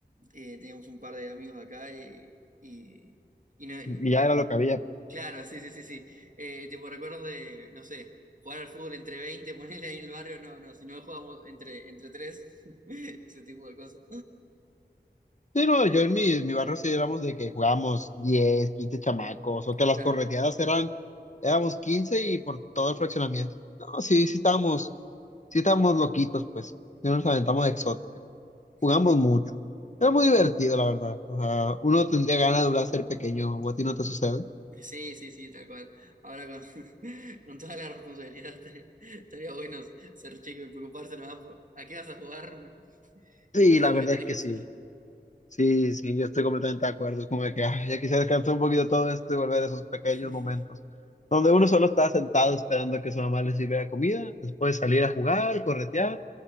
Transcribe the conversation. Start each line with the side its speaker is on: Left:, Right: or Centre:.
Right: eh, teníamos un par de amigos de acá y, y, y no- n-
Left: Y ya era lo que había.
Right: claro, sí, sí, sí, sí. Eh, tipo recuerdos de, no sé, jugar al fútbol entre 20 <laughs> ponerle ahí en el barrio, no, no, si no jugábamos entre, entre tres, <laughs> ese tipo de cosas.
Left: Sí, no, yo en mi, en mi barrio sí éramos de que jugábamos 10, 15 chamacos, o que las
Right: Claro.
Left: correteadas eran, éramos 15 y por todo el fraccionamiento. No, sí, sí estábamos, sí estábamos loquitos, pues, sí nos aventamos de exóticas, jugamos
Right: <laughs>
Left: mucho. Era muy divertido, la verdad. O sea, uno tendría ganas de volver a ser pequeño, ¿o a ti no te sucede?
Right: Sí, sí, sí, tal cual. Ahora con, <laughs> con toda la responsabilidad <laughs> estaría bueno ser chico y preocuparse nomás por a qué vas a jugar
Left: Sí,
Right: y no
Left: la
Right: todo
Left: verdad
Right: lo que tenés
Left: es que
Right: que hacer.
Left: sí. Sí, sí, yo estoy completamente de acuerdo. Es como de que ay, ya quisiera descansar un poquito todo esto y volver a esos pequeños
Right: <laughs>
Left: momentos donde uno solo estaba sentado esperando que su mamá le sirviera comida, después salir a jugar, corretear